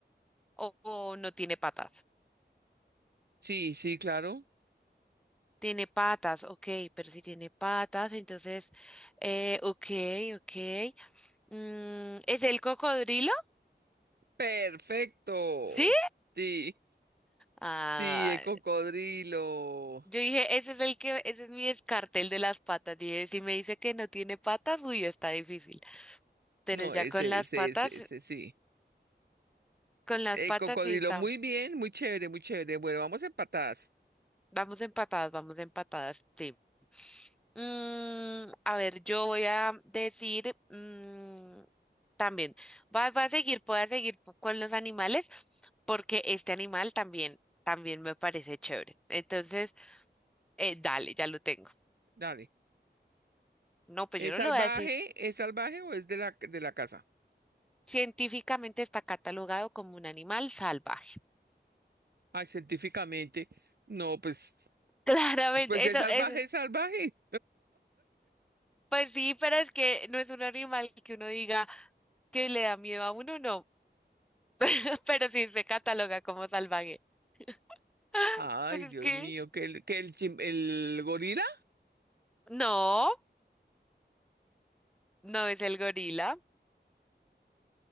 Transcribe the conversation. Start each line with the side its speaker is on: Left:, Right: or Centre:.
Centre: o, o no tiene patas?
Right: Sí, sí, claro.
Centre: Tiene patas, ok, pero si tiene patas, entonces, eh, ok, ok. Mm, ¿es el cocodrilo?
Right: Perfecto.
Centre: ¿Sí?
Right: Sí,
Centre: Ah,
Right: sí, el cocodrilo.
Centre: yo dije, ese es el que, ese es mi descarte, el de las patas. Dije, si me dice que no tiene patas, uy, está difícil. pero
Right: No,
Centre: ya
Right: ese,
Centre: con las
Right: ese,
Centre: patas,
Right: ese, ese, sí.
Centre: con las
Right: Eh,
Centre: patas
Right: cocodrilo,
Centre: sí está.
Right: muy bien, muy chévere, muy chévere. Bueno, vamos empatadas.
Centre: Vamos empatadas, vamos empatadas, sí. Mm, a ver, yo voy a decir mm, también, va, va a seguir, voy a seguir po- con los animales porque este animal también, también me parece chévere. Entonces, eh, dale, ya lo tengo.
Right: Dale.
Centre: No, pues
Right: ¿Es
Centre: yo no
Right: salvaje?
Centre: lo voy a decir.
Right: ¿Es salvaje o es de la, de la casa?
Centre: Científicamente está catalogado como un animal salvaje.
Right: Ay, científicamente. No, pues,
Centre: <laughs> Claramente,
Right: pues
Centre: eso
Right: es salvaje,
Centre: es,
Right: es salvaje.
Centre: pues sí, pero es que no es un animal que uno diga. que le da miedo a uno, no, <laughs> pero sí se cataloga como salvaje. <gasps> <laughs>
Right: Ay,
Centre: Pues es
Right: Dios
Centre: que
Right: mío, que el, que el, chim- el gorila.
Centre: no, no es el gorila,